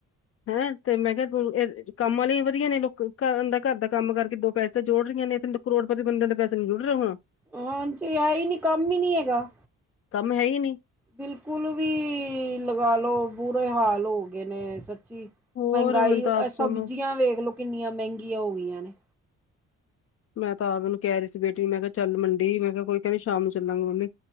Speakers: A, on the left; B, in the centre.
A: ਹੈ ਤੇ ਮੈਂ ਕਿਹਾ ਤੂੰ ਇਹ ਕੰਮ ਆਲੀ ਆ ਵਧੀਆ ਨੇ ਲੋਕ ਘਰ ਦਾ ਘਰ ਦਾ ਕੰਮ ਕਰਕੇ ਦੋ ਪੈਸੇ ਤਾਂ ਜੋੜ ਰਹੀਆਂ ਨੇ ਤੇ ਕਰੋੜ ਰੁਪਏ ਬੰਦੇ ਨੂੰ ਪੈਸੇ ਜੁੜ ਰਿਹਾ ਹੋਣ।
B: ਹਾਂਜੀ ਹੈ ਹੀ ਨੀ ਕੰਮ ਹੀ ਨੀ ਹੈਗਾ।
A: ਕੰਮ ਹੈਈ ਨੀ।
B: ਬਿਲਕੁਲ ਵੀ ਲਗਾਲੋ ਬੁਰੇ ਹਾਲ ਹੋ ਗਏ ਨੇ ਸੱਚੀ।
A: ਹੋਰ
B: ਮਹਿੰਗਾਈ
A: ਮੈਨੂੰ ਤਾਂ ਆਪ ਸਮਝ
B: ਸਬਜ਼ੀਆਂ ਵੇਖ ਲਓ ਕਿੰਨੀਆਂ ਮਹਿੰਗੀਆਂ ਹੋ ਗਈਆਂ ਨੇ।
A: ਮੈਂ ਤਾਂ ਆਪ ਉਹਨੂੰ ਕਹਿ ਰਹੀ ਸੀ ਬੇਟੀ ਮੈਂ ਕਿਹਾ ਚੱਲ ਮੰਡੀ ਮੈਂ ਕਿਹਾ ਕੋਈ ਕਹਿਣੀ ਸ਼ਾਮ ਨੂੰ ਚੱਲਾਂਗੀ ਮੰਮੀ।